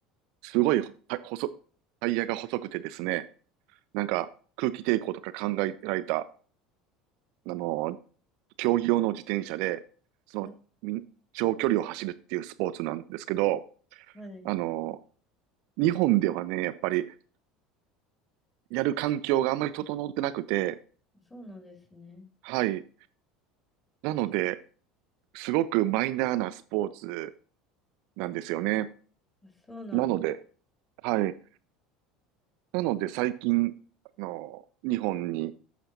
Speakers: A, on the right; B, on the left.
A: すごいほた細、タイヤが細くてですね、なんか空気抵抗とか考えられた、あの、競技用の自転車で、その、
B: あ、
A: み長距離を走るっていうスポーツなんですけど、
B: はい。
A: あの、日本ではね、やっぱりやる環境があんまり整ってなくて、
B: そうなんですね。
A: はい。なので、すごくマイナーなスポーツなんですよね。
B: あそうなん
A: なので、はい。なので最近、あの、日本に